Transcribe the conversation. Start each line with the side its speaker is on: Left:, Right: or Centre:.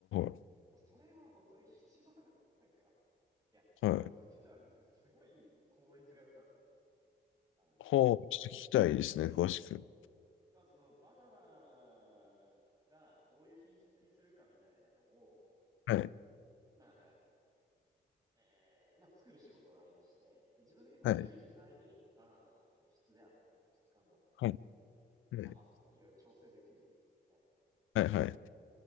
Left: は
Right: うそれは本当に一番、なんか、いや、
Left: いはい。
Right: こういうこと言うのはあれですけど、
Left: はい。
Right: すごい効率が良かったですね。あの、
Left: はあ、ちょっと聞きたいですね、詳しく。
Right: まあ、その、バナナがどういう品質にするかみたいなのを、
Left: はい。
Right: まあだから、えー、まあ作る仕事がありまして、で自分で結構自由自在にバナナの質であったり、
Left: はい。
Right: 質感だったりとか、
Left: はい。はい。
Right: 甘さとかいろいろ調整できるんですよね。
Left: はい。
Right: なんか、
Left: はい